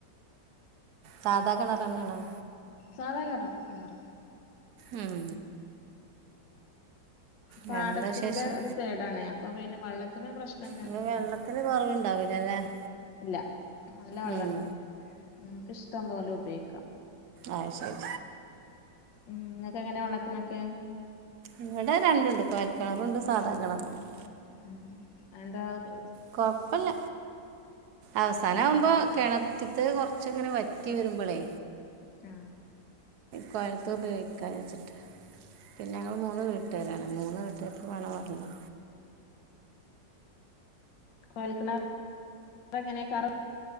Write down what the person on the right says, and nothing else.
സാധാകിണറന്നെണോ?
ഉം
വേറെന്താ വിശേഷം
ഇപ്പൊ വെള്ളത്തിന്
കുറവുണ്ടാവില്ല അല്ലേ
ഉം
ആശരി
ഇവിടെരണ്ടുണ്ട് കോയൽക്കെണറുണ്ട് സാധാകെണറുണ്ട്
കൊഴപ്പല്ല അവസാനആവുമ്പോ കിണറ്റത്ത് കൊർച്ചിങ്ങനെ വറ്റിവരുമ്പോളേ
കൊയൽത്ത് ഉപയോഗിക്കാവെച്ചിട്ട് പിന്നെങ്ങള്മൂന്ന് വീട്ടാരാണ് മൂന്ന് വീട്ടുകാർക്കുംവള്ളംവാണല്ലോ